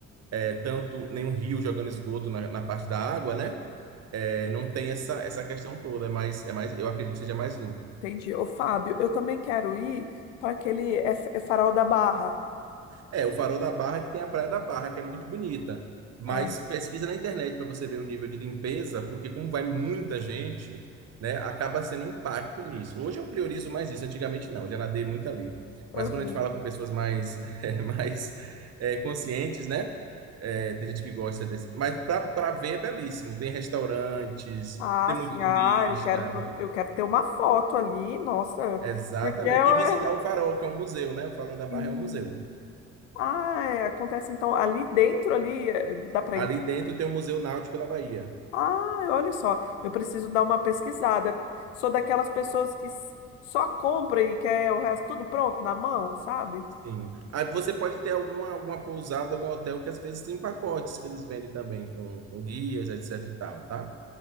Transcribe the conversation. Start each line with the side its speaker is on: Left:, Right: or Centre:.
Right: é, tanto nenhum rio jogando esgoto na, na parte da água, né? É, não tem essa, essa questão toda, é mais, é mais, eu acredito que seja mais limpo.
Left: Entendi. Ô, Fábio, eu também quero ir para aquele. É, é Farol da Barra.
Right: É, o Farol da Barra que tem a Praia da Barra, que é muito bonita. Mas
Left: Ah,
Right: pesquisa na internet para você ver o nível de limpeza, porque como vai muita gente, né, acaba sendo um impacto nisso. Hoje eu priorizo mais isso, antigamente não, já nadei muito ali. Mas
Left: aham.
Right: quando a gente fala com pessoas mais, <laughs> eh, mais eh, conscientes, né? eh, tem gente que gosta desse. Mas para ver é belíssimo. Tem restaurantes,
Left: Ah,
Right: tem muito
Left: sim,
Right: turista.
Left: ah, eu quero, pelo, eu quero ter uma foto ali, nossa,
Right: Exatamente.
Left: porque eu,
Right: E visitar
Left: é,
Right: o Farol, que é um museu, né? O Farol da Barra
Left: sim.
Right: é um museu.
Left: ah, é, acontece então ali dentro ali é, dá para
Right: Ali
Left: entrar.
Right: dentro tem o Museu Náutico da Bahia.
Left: ah, olha só, eu preciso dar uma pesquisada. Sou daquelas pessoas que s- só compra e quer o resto tudo pronto na mão, sabe?
Right: Sim. Aí você pode ter alguma, alguma pousada, algum hotel que às vezes tem pacotes que eles vendem também com, com guias, etc e tal, tá?